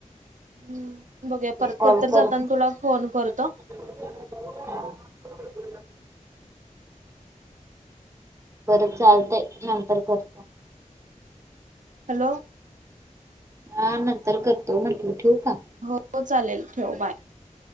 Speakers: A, on the right (about 70°); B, on the right (about 20°).
A: हम्म बघया परत
B: कॉल
A: कत
B: करून
A: जाताना तुला फोन करतो.
B: <unintelligible> बरं चालतंय नंतर कर.
A: हॅलो.
B: हा नंतर करतो म्हटलं ठेऊ का?
A: हो चालेल ठेव बाय.